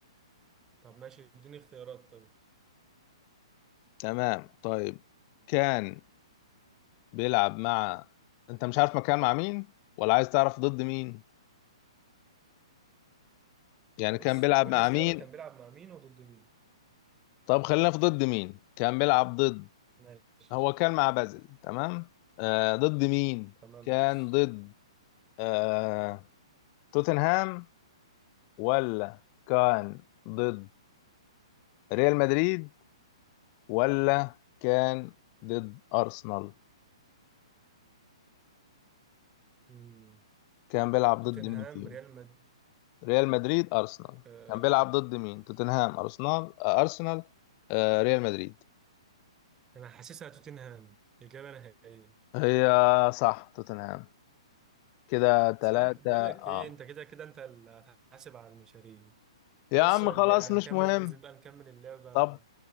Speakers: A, on the right; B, on the left.
A: طب ماشي اديني اختيارات طيب
B: تمام طيب كان بيلعب مع انت مش عارف مكان مع مين ولا عايز تعرف ضد مين يعني
A: بص
B: كان بيلعب
A: قول
B: مع
A: لي اختيارات
B: مين
A: كان بيلعب مع مين وضد مين
B: طب خلينا في ضد مين كان بيلعب ضد
A: ماشي
B: هو كان مع بازل تمام آه ضد مين
A: تمام
B: كان
A: ماشي
B: ضد آه توتنهام ولا كان ضد ريال مدريد ولا كان ضد أرسنال
A: مم.
B: كان بيلعب
A: توتنهام
B: ضد مين فيهم
A: ريال مد
B: ريال مدريد أرسنال
A: آه.
B: كان بيلعب ضد مين توتنهام أرسنال آه، أرسنال آه، ريال مدريد
A: انا حاسسها توتنهام اجابه نهائيه
B: هي صح توتنهام كده تلاتة
A: صح بقول لك ايه
B: اه
A: انت كده كده انت اللي هتحاسب على المشاريع
B: يا
A: بص
B: عم
A: اللي
B: خلاص
A: هنكمل
B: مش مهم
A: اللي ننزل بقى نكمل اللعبه
B: طب